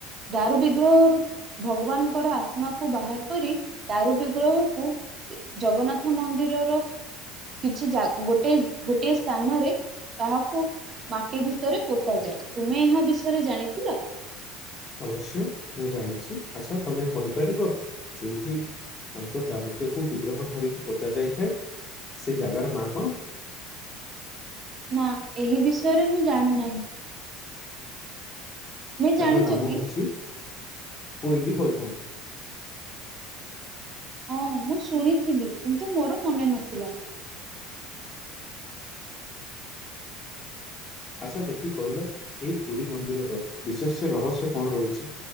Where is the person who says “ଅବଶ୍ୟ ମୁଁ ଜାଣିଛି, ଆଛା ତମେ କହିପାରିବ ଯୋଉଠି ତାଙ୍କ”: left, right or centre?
Left